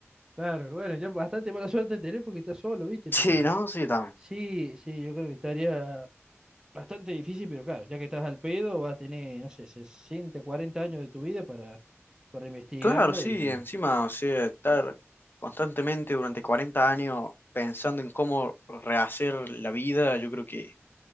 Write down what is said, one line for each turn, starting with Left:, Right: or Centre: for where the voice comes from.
Right: Claro, bueno, ya bastante mala suerte tenés porque estás solo, ¿viste?
Left: Sí,
Right: Pero
Left: ¿no? Sí, también.
Right: sí, sí, yo creo que estaría bastante difícil, pero claro, ya que estás al pedo, vas a tener, no sé, 60, 40 años de tu vida para, para investigarlo
Left: Claro, sí,
Right: y...
Left: encima, o sea, estar constantemente durante 40 años pensando en cómo rehacer la vida, yo creo que